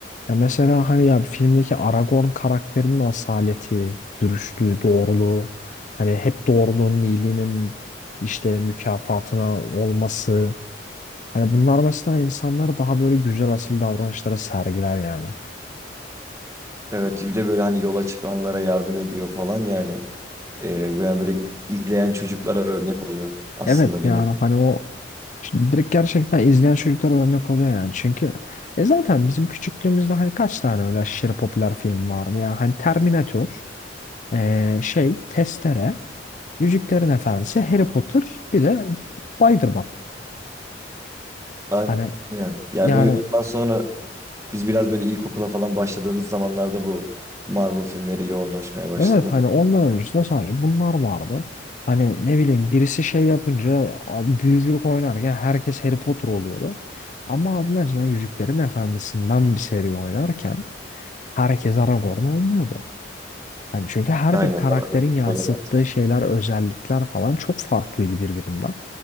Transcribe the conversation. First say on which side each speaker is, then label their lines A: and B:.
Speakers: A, on the left; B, on the right.
A: Ya mesela hani ya filmdeki Aragorn karakterinin asaleti, dürüstlüğü, doğruluğu, hani hep doğruluğun, iyiliğinin işte mükafatına olması. Hani bunlar mesela insanları daha böyle güzel asil davranışlara sergiler yani.
B: Evet bir de böyle hani yola çıkanlara yardım ediyor falan yani. E, yani böyle izleyen çocuklara örnek oluyor aslında
A: Evet
B: bir
A: yani
B: nevi.
A: hani o Şimdi direkt gerçekten izleyen çocuklar örnek oluyor yani. Çünkü e zaten bizim küçüklüğümüzde hani kaç tane öyle aşırı popüler film vardı yani Hani Terminator, e, şey, Testere, Yüzüklerin Efendisi, Harry Potter, bir de Spider-Man.
B: Aynen.
A: Hani
B: Yani
A: yani
B: böyle ondan sonra Biz biraz böyle ilkokula falan başladığımız zamanlarda bu Marvel filmleri yoğunlaşmaya başladı.
A: evet hani onlar öncesinde sadece bunlar vardı. Hani ne bileyim birisi şey yapınca abi, büyücülük oynarken herkes Harry Potter oluyordu. Ama abi mesela Yüzüklerin Efendisi'nden bir seri oynarken herkes Aragorn olmuyordu. Hani çünkü her
B: Aynen.
A: bir karakterin
B: arabayı
A: yansıttığı
B: seviyorlar.
A: şeyler, özellikler falan çok farklıydı birbirinden.